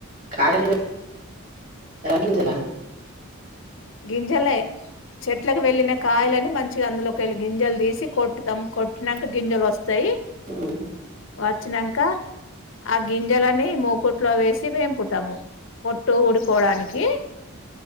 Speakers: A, on the right (about 40°); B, on the left (about 60°).
A: కాయలు గింజల
B: గింజలే చెట్లకు వెళ్ళిన కాయలని మంచిగా అందులోకి వెళ్ళి గింజలు తీసి కొటుతాము కొట్టినాక గింజలు వస్త స్తయి
A: హ్మ్.
B: వచ్చినంక ఆ గింజలని మూకుట్లో వేసి వేంపుతాము పొట్టు ఊడిపోవడానికి